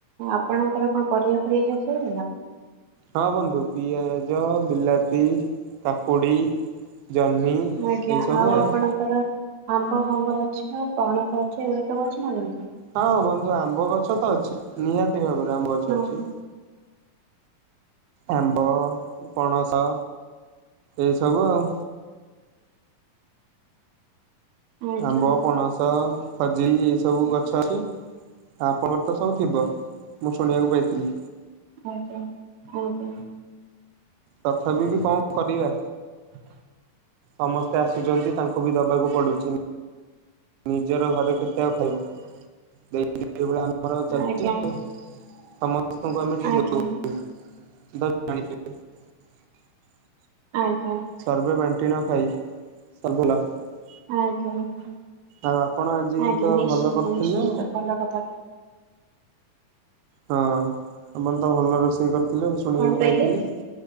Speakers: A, on the right; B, on the right.
A: ଆପଣଙ୍କର କଣ ପରିବା ଫସ
B: ହଁ ବନ୍ଧୁ ପିଆଜ ବିଲାତି କାକୁଡ଼ି ଜହ୍ନି
A: ଆଜ୍ଞା
B: ଏସବୁ ଆଉ
A: ଆପଣଙ୍କର ଆମ୍ବ ଫମ୍ବ ଗଛ ପଣସ ଗଛ ଏଗୁଡ଼ା ସବୁ ଅଛି ନା ନାଇଁ?
B: ହଁ ବନ୍ଧୁ ଆମ୍ବ ଗଛ ତ ଅଛି ନିହାତି ଭାବରେ। ଆମ୍ବ ଗଛ
A: ହଁ
B: ଅଛି। ଆମ୍ବ ପଣସ ଏଇ ସବୁ ଆଉ
A: ଆଜ୍ଞା
B: ଆମ୍ବ ପଣସ ଖଜୁର ଏଇ ସବୁ ଗଛ ଅଛି ଆପଣଙ୍କର ତ ସବୁ ଥିବ ମୁଁ ଶୁଣିବାକୁ ପାଇଥିଲି।
A: ଆଜ୍ଞା ଆଜ୍ଞା।
B: ତଥାପି ବି କଣ କରିବା।
A: <inaudible>
B: ସମସ୍ତେ ଆସୁଛନ୍ତି ତାଙ୍କୁ ବି ଦବାକୁ ପଡୁଛି। ନିଜର ଘରେ କେତେ ଆଉ ଖାଇବୁ <unintelligible> ଆମେ ର ଚାଲିଛି
A: ଆଜ୍ଞା ଆଜ୍ଞା।
B: ଆଉ ତମ <unintelligible>
A: ଆଜ୍ଞା
B: <unintelligible>
A: ଆଜ୍ଞା
B: ସର୍ଭେ <unintelligible>
A: ଆଜ୍ଞା ଆଜ୍ଞା।
B: ଆଉ ଆପଣ ଆଜି
A: ଆଜ୍ଞା
B: ତ
A: ନିଶ୍ଚିନ୍ତ
B: ଭଲ କରିଥିଲେ
A: ନିଶ୍ଚିନ୍ତ ଭଲ କଥା
B: ହଁ ଆପ ତ ଭଲ ରୋଷେଇ କରିଥିଲେ ମୁ ଶୁଣିବାକୁ
A: କଣ
B: ପାଇଥିଲି।
A: କହିଲେ?